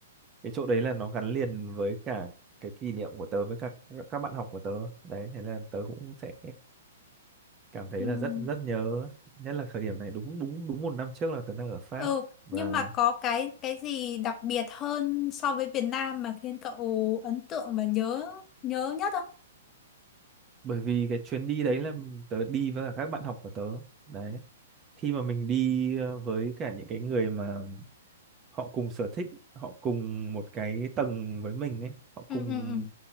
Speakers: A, on the right; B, on the left.
A: cái chỗ đấy là nó gắn liền với cả cái kỷ niệm của tớ với các các bạn học của tớ đấy thế là tớ cũng sẽ cảm thấy
B: Ừm.
A: là rất rất nhớ nhất là thời điểm này đúng đúng đúng một năm trước là tớ đang ở Pháp
B: ừ
A: và
B: nhưng mà có cái cái gì đặc biệt hơn so với Việt Nam mà khiến cậu ấn tượng và nhớ nhớ nhất không
A: bởi vì cái chuyến đi đấy là tớ đi với cả các bạn học của tớ đấy khi mà mình đi ờ, với cả những cái người mà họ cùng sở thích họ cùng một cái tầng với mình ấy họ
B: ừ
A: cùng
B: ừ ừ